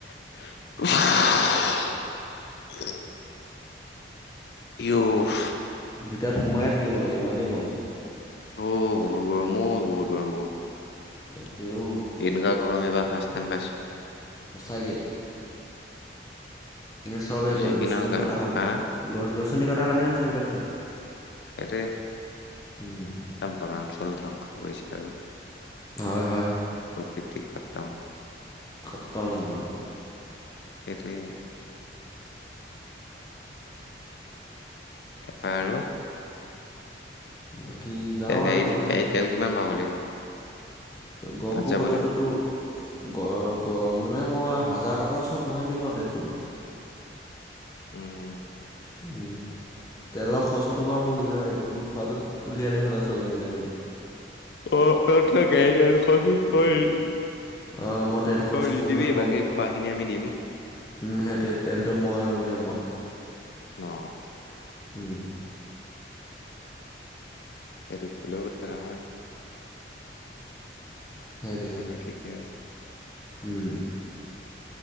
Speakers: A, on the left (about 60°); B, on the left (about 20°).
A: <inaudible> ইঔহ।
B: ইয়াত সোমাইে থাকিব নোৱাৰি ইমানেই গৰম।
A: অ, বহুত গৰম অ, বহুত গৰম বহুত গৰম
B: তাকেও
A: এনেকুৱা গৰম এইবাৰ। ফাৰ্ষ্ট টাইম পাইছোঁ।
B: সঁচাকে এই চবেই
A: যি
B: গছ,
A: কি
B: গছনি
A: নহওঁক
B: কটাৰ কাৰণে,
A: আহ
B: গছ, গছনি কটাৰ কাৰণে হৈছে এইবিলাক চব।
A: <unintelligible>
B: উম।
A: চব বনাঞ্চল ধ্বংস কৰিছে আৰু।
B: হয়, হয়।
A: <unintelligible> খতম
B: খতম একদম।
A: এইটোৱে এইম। তাপে আৰু।
B: বাকী যাওঁ
A: তে গাড়ী,
B: আৰু
A: তি
B: ওলাই
A: গাড়ীত তেল কিমান ভৰাব লাগিব।
B: গহপোৰ
A: তাত যাবলে?
B: কঠাতো তো গ, গ, মানে মই। হাজাৰ টকাৰ ওচৰত ভৰাই নিম আৰু তেলটো।
A: উম।
B: <unintelligible> তেলৰ খৰচতোতো বাৰু মোৰ নিজৰেই, বাকী খোৱাটোত উলিয়ালেই হ'ল আৰু চবেই মিলাই মেলি
A: অ, এটা গাড়ি ডেৰখনদি থৈ আহিবি।
B: অঁ মই তেল খৰচটো
A: ত'ই ৰিদিবি
B: মোৰ ফালৰ পৰা
A: বাকী খোৱাখিনি আমি দিম।
B: উম, সেইটোৱে তেলটো মই উলিয়াম বাৰু।
A: ন
B: উম।
A: <unintelligible>
B: সেইটোৱে
A: আন্দৰ ঠিকেই আছে।
B: উম